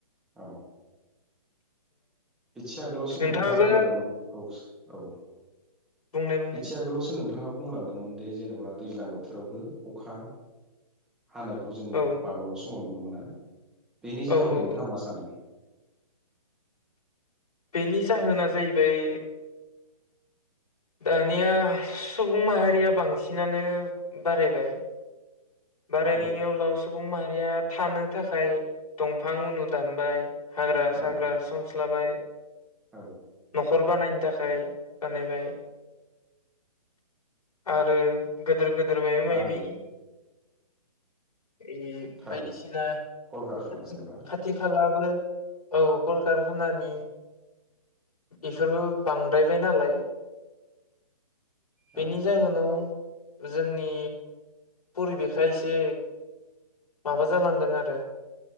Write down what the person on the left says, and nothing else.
नोंथाङाबो
बुंनाय बुंनाय
औ
औ औ
औ
बेनि जाहोना जाहैबाय दानिया सुबुं माहारिया बांसिनानो बारायबाय बारायनायनि
उनाव सुबुं माहारिया थानो थाखाय दंफां उनु दानबाय हाग्रा
साग्रा सब स्लाबाय
न'खर बानायनो थाखाय बानायबाय आरो गोदोर गोदोर मायबा मायबि
ए
बायदिसिना
खाथि
खाथि खालाबो औ कलकारखानानि इफोरबो बांद्रायबाय नालाय
बेनि जाहोनाव जोंनि परिबेखा एसे माबा जालांदों आरो